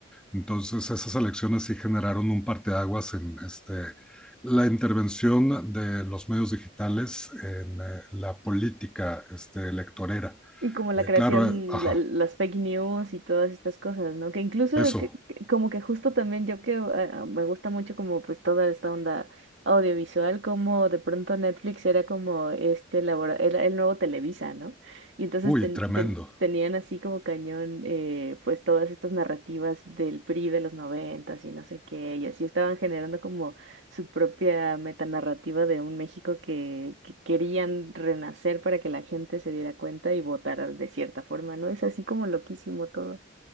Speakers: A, in the centre; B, on the right (about 70°).
A: Entonces, esas elecciones sí generaron un parteaguas en este, la intervención de los medios digitales en eh, la política este, electorera.
B: Y como la
A: Eh,
B: creación,
A: claro, eh, ajá,
B: la- las fake news y todas estas cosas, ¿no? Que incluso
A: eso.
B: que- que- como que justo también yo que ah, ah, me gusta mucho como pues toda esta onda audiovisual, como de pronto Netflix era como este labora- era el nuevo Televisa, ¿no? Y entonces
A: Uy,
B: ten-
A: tremendo.
B: ten- tenían así como cañón eh, pues todas estas narrativas del PRI de los noventas y no sé qué, y así estaban generando como su propia metanarrativa de un México que, que querían renacer para que la gente se diera cuenta y votara de cierta forma, ¿no? Es así como loquísimo todo.